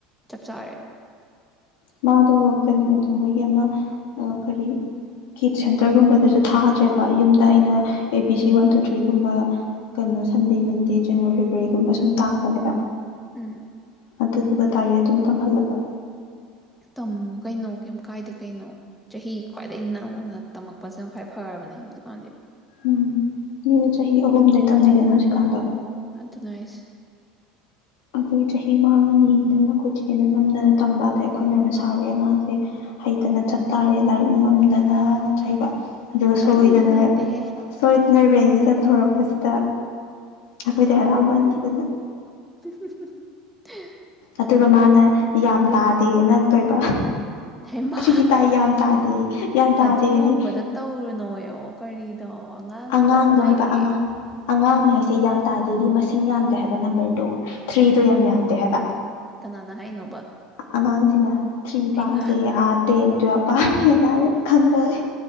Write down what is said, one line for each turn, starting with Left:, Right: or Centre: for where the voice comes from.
Centre: ꯆꯞ ꯆꯥꯔꯦ
Left: ꯃꯥꯗꯣ ꯀꯩꯅꯣꯗꯣ ꯃꯣꯏꯒꯤ ꯑꯃ ꯀꯔꯤ ꯀꯤꯠ ꯁꯦꯟꯇꯔꯒꯨꯝꯕꯗꯨꯁꯨ ꯊꯥꯗ꯭ꯔꯦꯕ ꯌꯨꯝꯗ ꯑꯩꯅ ꯑꯦ ꯄꯤ ꯁꯤ ꯋꯥꯟ ꯇꯨ ꯊ꯭ꯔꯤꯒꯨꯝꯕ ꯀꯩꯅꯣ ꯁꯟꯗꯦ ꯃꯟꯗꯦ ꯖꯅꯋꯥꯔꯤ ꯐꯦꯕꯋꯥꯔꯤꯒꯨꯝꯕ ꯁꯨꯝ ꯇꯥꯛꯄꯅꯦꯕ
Centre: ꯎꯝ
Left: ꯑꯗꯨꯗꯨꯒ ꯇꯗꯥꯔꯦ ꯑꯗꯨꯝ ꯇꯝꯍꯜꯂꯕ
Centre: ꯇꯝꯃꯣ ꯀꯩꯅꯣ ꯀꯩꯝ ꯀꯥꯏꯗꯦ ꯀꯩꯅꯣ ꯆꯍꯤ ꯈ꯭ꯋꯥꯏꯗꯒꯤ ꯅꯧꯅ ꯇꯝꯃꯛꯄꯁꯤꯅ ꯈ꯭ꯋꯥꯏ ꯐꯔꯕꯅꯦ ꯍꯧꯖꯤꯛꯀꯥꯟꯗꯤ
Left: ꯎꯟ ꯃꯤꯁ ꯆꯍꯤ ꯑꯍꯨꯝꯗꯩ ꯇꯝꯅꯩꯗꯅ ꯍꯧꯖꯤꯛꯀꯥꯟꯗꯣ
Centre: ꯑꯗꯨꯟ ꯑꯩ
Left: ꯑꯗꯨꯗꯒꯤ ꯆꯍꯤ ꯃꯥꯡꯉꯅꯤꯅ ꯑꯩꯈꯣꯏ ꯆꯦꯅ ꯅꯝꯗꯅ ꯇꯝꯕ ꯑꯗꯩ ꯑꯩꯈꯣꯏ ꯃꯌꯥꯝꯅ ꯁꯥꯎꯔꯤ ꯑꯉꯥꯡꯁꯦ ꯍꯩꯇꯅ ꯆꯠꯇꯥꯔꯦ ꯂꯥꯏꯔꯤꯛꯅ ꯉꯝꯗꯅꯅ ꯆꯩꯕ ꯑꯗꯨꯒ ꯁꯣꯏꯗꯅ
Centre: ꯑꯗꯨꯒꯨꯝꯕ ꯂꯩꯇꯦꯍꯦ
Left: ꯁꯣꯏꯗꯅ ꯔꯦꯡ ꯆꯟ ꯊꯣꯔꯛꯄꯁꯤꯗ ꯑꯩꯈꯣꯏꯗꯤ ꯍꯥꯔꯧ ꯃꯟꯒꯤ ꯈꯤꯗꯅ
Centre: <inaudible>
Left: ꯑꯗꯨꯒ ꯃꯥꯅ ꯌꯥꯝ ꯇꯥꯗꯦꯅꯪ ꯇꯣꯏꯕ
Centre: ꯍꯦꯃꯥ
Left: ꯊ꯭ꯔꯤ ꯇꯥꯏ ꯌꯥꯝ ꯇꯥꯗꯦ ꯌꯥꯝ ꯇꯥꯗꯦꯗꯤ
Centre: ꯑꯗꯨꯒꯨꯝꯕꯗꫭ ꯇꯧꯔꯨꯅꯣꯌꯣ ꯀꯔꯤ ꯗ ꯑꯉꯥꯡ
Left: ꯑꯉꯥꯡꯗꯣ
Centre: ꯄꯣꯛꯇ ꯉꯥꯏꯔꯤꯌꯦ
Left: ꯍꯥꯏꯕ ꯑꯉꯥꯡ ꯑꯉꯥꯡꯅꯦ ꯍꯥꯏꯁꯦ ꯌꯥꯝ ꯇꯥꯗꯦꯗꯤ ꯃꯁꯤꯡ ꯌꯥꯝꯗꯦ ꯍꯥꯏꯕ ꯅꯝꯕꯔꯗꯣ ꯊ꯭ꯔꯤꯗꯣ ꯌꯥꯝ ꯌꯥꯝꯗꯦ ꯍꯥꯏꯕ
Centre: ꯀꯅꯥꯅ ꯍꯥꯏꯅꯣꯕ
Left: ꯑꯉꯥꯡꯁꯤꯅ ꯊ꯭ꯔꯤ
Centre: ꯍꯩꯃꯥ
Left: ꯄꯥꯝꯗꯦ ꯑꯥꯔꯠ ꯇꯦꯟ ꯇꯨꯋ꯭ꯦꯜꯚ ꯄꯝꯃꯤ <unintelligible> ꯈꯪꯗꯔꯦ